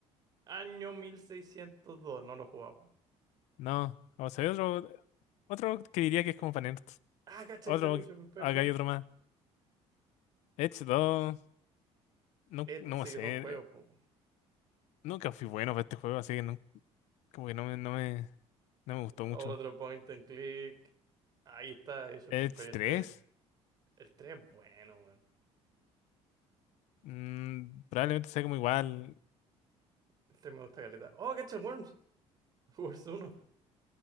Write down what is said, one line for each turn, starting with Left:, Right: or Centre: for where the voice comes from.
Right: Año 1602, no lo he jugado.
Left: no, vamos a ver otro, otro que diría que es como para nerds.
Right: Ah, cacha,
Left: Otro,
Right: Installation, perdón.
Left: acá hay otro más. Edge 2, no,
Right: Estos
Left: no
Right: sí
Left: sé.
Right: que son juegos, po.
Left: Nunca fui bueno para este juego, así que no, como que no me, no me, no me gustó mucho.
Right: Otro point and click. Ahí está, Age of
Left: Edge
Right: Empires
Left: 3,
Right: 3. El 3 es bueno, weón.
Left: mm, probablemente sea como igual,
Right: El 3 me gusta caleta. ¡Oh, cacha el Worms! <laughs> Worms uno,